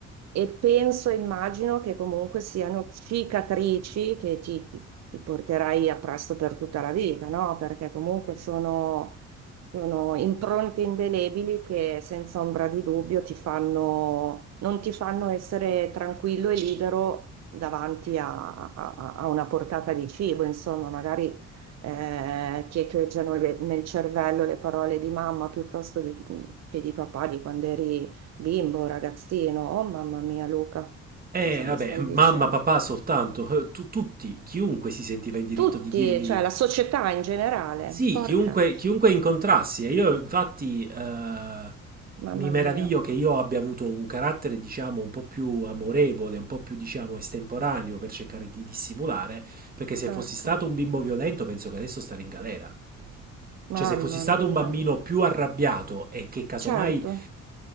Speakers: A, on the right; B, on the right.
A: e penso, immagino che comunque siano cicatrici che ti, ti- ti porterai appresso per tutta la vita, no? Perché comunque sono, sono impronte indelebili che senza ombra di dubbio ti fanno, non ti fanno essere tranquillo e libero davanti a, a- a una portata di cibo, insomma, magari eh, ti echeggiano le- nel cervello le parole di mamma piuttosto di- che di papà di quando eri bimbo, ragazzino. Oh mamma mia, Luca,
B: E
A: cosa
B: vabbè,
A: mi stai
B: mamma,
A: dicendo?
B: papà soltanto, eh, tu- tutti, chiunque si sentiva in diritto
A: Tutti,
B: di dirmi
A: cioè la società in generale.
B: sì,
A: Porca,
B: chiunque, chiunque incontrassi. E io infatti eh,
A: mamma
B: mi meraviglio
A: mia,
B: che io abbia avuto un carattere, diciamo, un po' più amorevole, un po' più, diciamo, estemporaneo per cercare di dissimulare, perché se
A: certo,
B: fossi stato un bimbo violento penso che adesso starei in galera. Cioè,
A: mamma
B: se fossi stato
A: mia,
B: un bambino più arrabbiato e che casomai
A: certo.